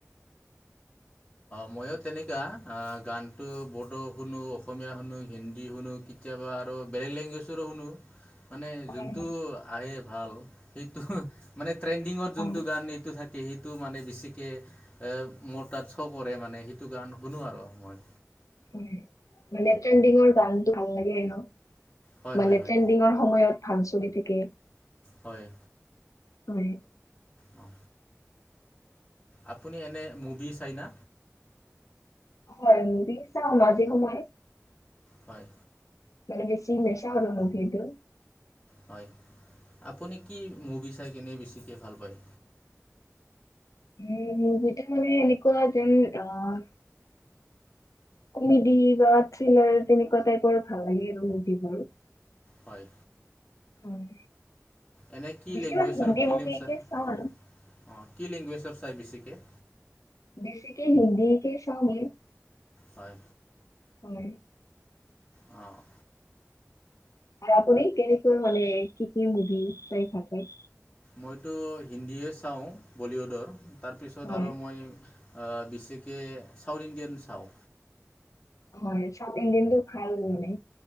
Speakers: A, on the left (about 20°); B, on the left (about 85°).
A: ময়ো তেনেকুৱা গানটো বড়ো শুনো, অসমীয়া শুনো, হিন্দী শুনো। কেতিয়াবা আৰু বেলেগ লেংগুৱেজৰো শুনো। মানে
B: হয়
A: যোনটো
B: হয়।
A: আহে ভাল সেইটো, মানে ট্ৰেণ্ডিঙত যোনটো
B: অ'।
A: গান টো থাকে সেইটো মানে বেছিকৈ মোৰ তাত কৰে মানে সেইটো গান শুনো আৰু মই।
B: হয় মানে ট্ৰেণ্ডিঙৰ গানতটো ভাল লাগে ন'?
A: হয়
B: মানে
A: হয় হয়
B: ট্ৰেণ্ডিঙৰ সময়ত ভাল চলি থাকে।
A: হয়।
B: হয়।
A: অ'। আপুনি এনে মুভি চাই না?
B: হয়, মুভি চাও মাজে সময়ে।
A: হয়।
B: মানে বেছি নাচাও আৰু মুভি টো।
A: হয়, আপুনি কি মুভি চাই কেনে বেছিকে ভাল পায়?
B: উম, মুভিটো মানে এনেকুৱা যে অ' কমেডি বা থ্ৰিলাৰ তেনেকুৱা টাইপৰ ভাল লাগে আৰু মুভি বোৰ।
A: হয়।
B: হয়।
A: এনে কি
B: বেছিভাগ
A: লেংগুৱেজৰ
B: হিন্দী
A: ফিল্ম
B: মুভিকে
A: চাই, অ',
B: চাওঁ আৰু,
A: কি লেংগুৱেজৰ চাই বেছিকৈ?
B: বেছিকে হিন্দী কে চাও <unintelligible>
A: হয়।
B: হয়।
A: অ'।
B: আৰু আপুনি কেনেকৈ মানে কি কি মুভি চাই ভাল পায়?
A: মইতো হিন্দীয়ে চাওঁ বলীউডৰ, তাৰ পিছত
B: হয়
A: আৰু মই বেছিকে চাউথ ইণ্ডিয়ান চাওঁ।
B: হয়, চাউথ ইণ্ডিয়ানটো ভাল বুলি